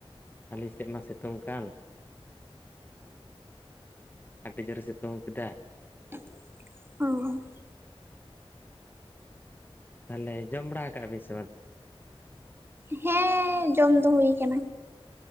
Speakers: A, on the left; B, on the right.
A: ᱟᱹᱞᱤᱧ ᱥᱮᱫ ᱢᱟ ᱥᱤᱛᱩᱝ ᱠᱟᱱ ᱾ ᱟᱹᱰᱤ ᱡᱳᱨᱮ ᱥᱤᱛᱩᱝ ᱠᱮᱫᱟ ᱾
B: ᱚᱸᱻ ᱾
A: ᱛᱟᱦᱚᱞᱮ ᱡᱚᱢ ᱵᱟᱲᱟ ᱠᱟᱜ ᱵᱤᱱ ᱥᱮ ᱵᱟᱝ?
B: ᱦᱮᱸ ᱡᱚᱢ ᱫᱚ ᱦᱩᱭ ᱠᱟᱱᱟ ᱾